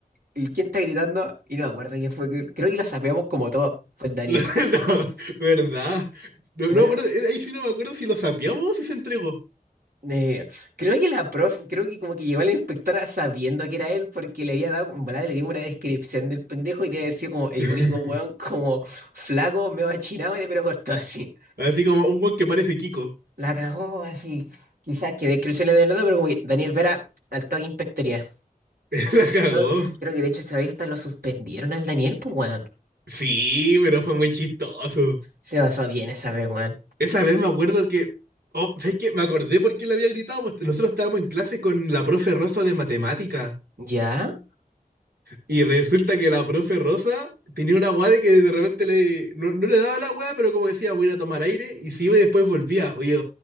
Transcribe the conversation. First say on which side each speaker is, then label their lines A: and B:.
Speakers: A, on the right (about 70°); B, on the right (about 85°).
A: "¿Y ¿quién está gritando? Y no me acuerdo quién fue. Creo que lo sabíamos como todo. Fue el Daniel.
B: No,
A: así.
B: ¿verdad? No,
A: Bueno,
B: no me acuerdo, eh, ahí sí no me acuerdo si lo sapeamos o si se entregó.
A: Eh, creo que la prof, creo que como que llegó a la inspectora sabiendo que era él porque le había dado, en volada le dio una descripción del pendejo y debe haber sido como el
B: <laughs>
A: único weón como flaco, medio achinado y de pelo corto <laughs> así.
B: Así como un weón que parece Kiko.
A: La cagó así. Quizás que descripción le de nada, pero como que Daniel Vera al toque inspectoría.
B: <laughs> La cagó.
A: Creo, creo que de hecho esta vez hasta lo suspendieron al Daniel, pues weón.
B: Sí, pero fue muy chistoso.
A: Se basó bien esa vez, weón.
B: Esa vez me acuerdo que. Oh, ¿sabes qué? Me acordé por qué le había gritado. pues, Nosotros estábamos en clase con la profe Rosa de matemática.
A: ¿Ya?
B: Y resulta que la profe Rosa tenía una guada de que de repente le, no, no le daba la guada, pero como decía, voy a ir a tomar aire, y se iba y después volvía. Oye,